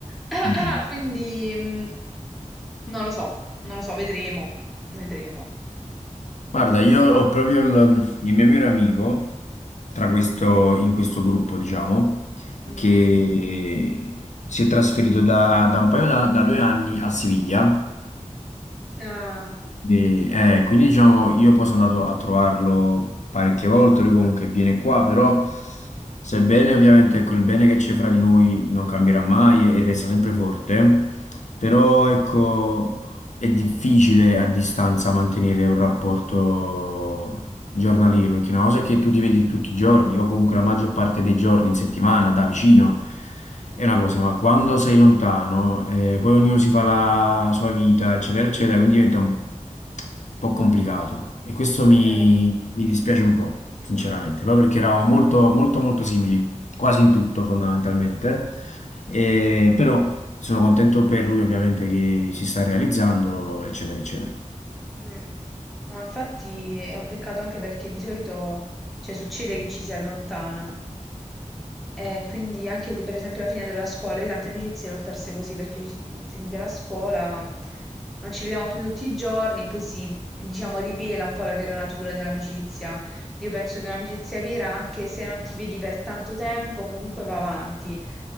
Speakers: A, in the centre; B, on the left.
A: <coughs>
B: Mm.
A: <clears throat> quindi mm, non lo so, non lo so, vedremo, vedremo.
B: Guarda, io ho proprio il, il mio migliore amico tra questo, in questo gruppo, diciamo,
A: Mm.
B: che si è trasferito da, da un paio da, da due anni a Siviglia.
A: Ah,
B: E, eh, quindi, diciamo, io poi sono andato a trovarlo parecchie volte. Lui comunque viene qua, però, sebbene ovviamente ecco, il bene che c'è fra di noi non cambierà mai e, e resta sempre forte, però ecco, è difficile a distanza mantenere un rapporto giornaliero, perché una cosa è che tu ti vedi tutti i giorni, o comunque la maggior parte dei giorni in settimana, da vicino, è una cosa, ma quando sei lontano, eh, poi ognuno si fa la sua vita, eccetera, eccetera, quindi diventa un po' complicato. E questo mi,
A: certo.
B: mi dispiace un po', sinceramente, proprio perché eravamo molto, molto, molto simili, quasi in tutto fondamentalmente. Eh, però sono contento per lui ovviamente che si sta realizzando, eccetera, eccetera.
A: Mm. No, infatti è un peccato anche perché di solito, cioè, succede che ci si allontana, e quindi anche se per esempio alla fine della scuola, io tante amicizie le ho perse così perché mm, finita la scuola non ci vediamo più tutti i giorni e poi si, diciamo, rivela un po' la vera natura dell'amicizia. Io penso che un'amicizia vera, anche se non ti vedi per tanto tempo, comunque va avanti.